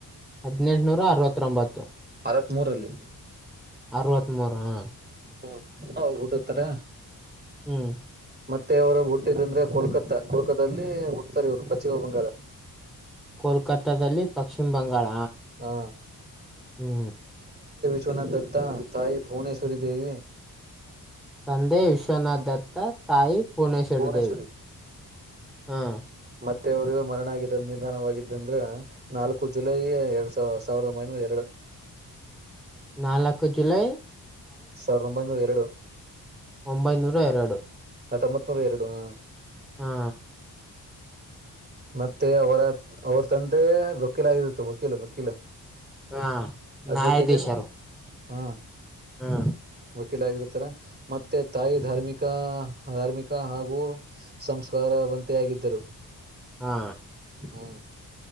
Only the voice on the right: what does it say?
ಅರವತ್ ಮೂರಲ್ಲಿ
ಹ್ಮ ಹ ಊಟತ್ತಾರ
ಮತ್ತೆ ಅವರು ಹುಟ್ಟಿದ ಅಂದ್ರೆ ಕೋಲ್ಕತ್ತಾ ಕೋಲ್ಕತ್ತಲ್ಲಿ ಹುಡ್ತಾರೆ ಇವ್ರು ಪಶ್ಚಿಮ ಬಂಗಾರ
ಹಾ
ಶುನ ದತ್ತ ತಾಯಿ ಭುವನೇಶ್ವರಿ ದೇವಿ
ಭುವನೇಶ್ವರಿ
ಮತ್ತೆಯವರು ಮರಣ ಆಗಿದ್ದ ನಿಧಾನವಾಗಿದ್ದಂದ್ರ ನಾಲ್ಕು ಜುಲೈ ಎರಡ್ ಸಾವ ಸಾವಿರದ ಒಂಬೈನೂರ ಎರಡು
ಸಾವಿರದ ಒಂಬೈನೂರ ಎರಡು
ಆ ತಂಬತ್ನೂರು ಎರಡು ಆ
ಮತ್ತೆ ಅವರ ಅವ್ರ ತಂದೆ ವಕೀಲ ಆಗಿರುತ್ತು ವಕೀಲ ವಕೀಲ
ಅಡ್ವೊಕೇಟ್ ಏನ ಹಾ
ವಕೀಲ ಆಗಿರ್ತಾರೆ ಮತ್ತೆ ತಾಯಿ ಧಾರ್ಮಿಕ ಧಾರ್ಮಿಕ ಹಾಗೂ ಸಂಸ್ಕಾರ ವಂತೆಯಾಗಿದ್ದರು
ಹ್ಮ